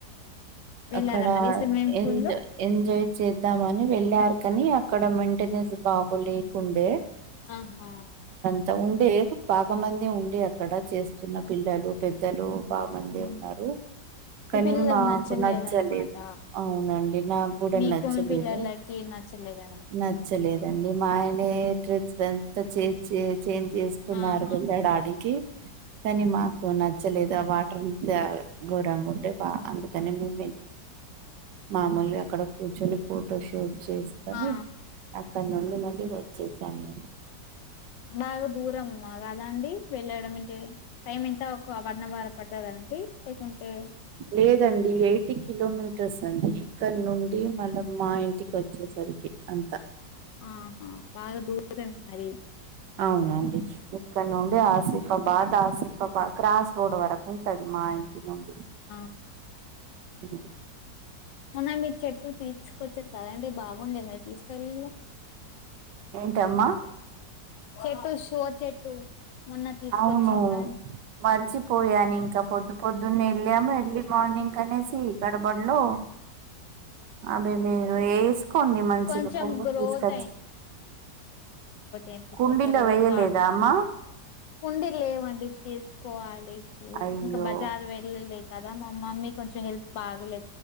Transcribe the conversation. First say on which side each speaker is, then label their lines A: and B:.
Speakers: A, on the left (about 85°); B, on the right (about 75°).
A: వెళ్ళారన్నది
B: అక్కడ
A: స్విమ్మింగ్ పూల్
B: ఎంజ
A: లో
B: ఎంజాయ్ చేద్దామని వెళ్ళారు కానీ అక్కడ మెయింటెనెన్స్ బాగో లేకుండే
A: ఆహా
B: అ ఉండే బాగా మంది ఉండే అక్కడ చేస్తున్న పిల్లలు పెద్దలు చాలా మంది
A: హ్మ్.
B: ఉన్నారు కానీ
A: మీ పిల్లలకి
B: నాకు
A: నచ్చలేదన్నమాట
B: నచ్ చ్చలేదు అవునండి నాకు కూడా
A: మీకు
B: నచ్చలేదు
A: మీ పిల్లలకి నచ్చలేదన్నమాట
B: నచ్చలేదం డి మా ఆయనే డ్రెస్ ఎంత చే చేంజ్ చేసుకున్నారు
A: ఆహా
B: వెలడానికే కానీ మాకు నచ్చలేదా ఆ వాటర్ ఘోరంగా ఉంటే బా అందుకని మే మామూలుగా అక్కడ కూర్చొని ఫోటో షూట్ చేసుకొని
A: ఆ
B: అక్కడ నుండి మళ్ళీ వచ్చేసాము
A: బాగా దూరమ్మా కదండి వెళ్ళడంకి టైం ఎంత ఒక వన్ అవర్ పడతదాఅండి లేకుంటే
B: లేదండి ఎయిటీ కిలోమీటర్స్ అండి ఇక్కడ నుండి మనం మా ఇంటికి వచ్చేస రికి అంత
A: ఆహా బాగా దూరం మరి
B: అవునండి ఇక్కడ్నున్ అదే ఆసిఫాబాద్ ఆసిఫాబాద్ క్రాస్ రోడ్ వరకు ఉంటది మా ఇంటి నుండి
A: ఆ
B: ఇ
A: మొన్న మీ చెట్టు తీర్చుకొచ్చారు కదండి బాగుండే మీరు తీసుకోలేదు
B: ఏంటమ్మా
A: చెట్టు షో చెట్టు మొన్న తీసుకొచ్చిన
B: అవును
A: కానీ
B: మరిచిపోయాను ఇంకా పొద్దు పొద్దు నే వెళ్ళాము ఎర్లీ మార్నింగ్ అనేసి గడబడలో అవి వేసుకోండి మంచిగా
A: కొంచెం
B: కుండ
A: గ్రోత్
B: తీసుకొచ్చి
A: ఏందీ
B: కుండీలో
A: కొని రోజుల
B: వేయలేదా అమ్మా
A: కుండ లేవండి ఇ తీసుకోవాలి ఇప్పుడు
B: అయ్యో
A: ఇంకా బజార్ వెళ్ళలే కదా మామ్మమ్మీ కొంచెం హెల్ప్ బాగలే